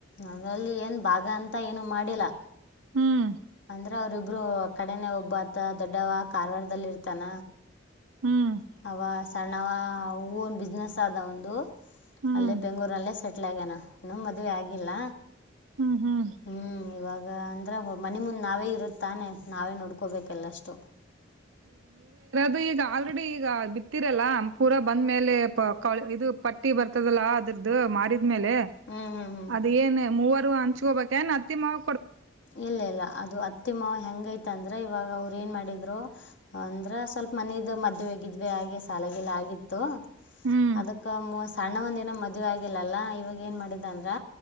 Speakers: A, on the left; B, on the right.
A: ಅದರಲ್ಲಿ ಏನ್ ಭಾಗ ಅಂತ ಏನು ಮಾಡಿಲ್ಲ
B: ಹ್ಮ್
A: ಅವ್ರರಿಬ್ರು ಕಡೆನೆ ಒಬ್ಬ ಆತ ದೊಡ್ಡವ ಕಾರವಾರದಲ್ಲಿ ಇರ್ತಾನ
B: ಹ್ಮ್
A: ಆವ ಸಣ್ಣವ ಹೂ ಒನ್ ಬಿಸ್ನೆಸ್ ಆದ ಅವೆಂದು
B: ಹ್ಮ್
A: ಅಲ್ಲಿೇ ಬೆಂಗಳೂರಲ್ಲೇ ಸಟ್ಟೆಾರೆ ಇಟ್ಲಗನ ಈನೂ ಮದ್ವೆ ಆಗಿಲ್ಲ
B: ಹ್ಮ್ ಹ್ಮ್
A: ಹ್ಞೂ ಇವಾಗ ಅಂದ್ರೆ ಮನೆಿ ಮುಂದ್ ನಾವೇ ಇರು ತಾನೆ ನಾವೇ ನೋಡ್ ಉಕೋಬೇಕಲ್ಲ ಅಷ್ಟು
B: ದು ಈಗ ಆಲ್ರೆಡಿ ಈಗ ಬಿತ್ತಿರಲ್ಲ ಪೂರ ಬಂದ್ ಮೇಲೆ ಇದು ಪಟ್ಟಿ ಬರ್ತದಲ್ಲ ಅದ್ರದ್ದು ಮಾಡಿದ ್ಮೇಲೆ
A: ಹ್ಞೂ ಹ್ಞೂ ಹ್ಞೂ
B: ಅದ ಏನ್ ಮೂವತ್ತು ಹಂಚ್ಕೋಬೇಕೇನ್ ಅತ್ತಿಮಾವ
A: ಇಲ್ಲ ಇಲ್ಲ ಅದು ಅತ್ತಿ ಮಾವ ಹೆಂಗೈತ ಅಂದ್ರ ಇವಾಗ ಅವ ಏನ್ ಮಾಡಿದ್ರು ಅಂದ್ರ ಸ್ವಲ್ಪ ಮನದ ಮದುವವೆಗಿದ್ವಿ ಹಾಗೆ ಸಾಲಗೆಲ್ಲ ಆಗಿತ್ತು
B: ಹ್ಮ್
A: ಅದಕ್ಕ ಮೋ ಸಣ್ಣ ಒಂದು ದಿನ ಮದುವೆ ಆಗಿಲ್ಲಲ್ಲ ಇವಾಗ ಏನು ಮಾಡಿದೆ ಅಂದ್ರೆ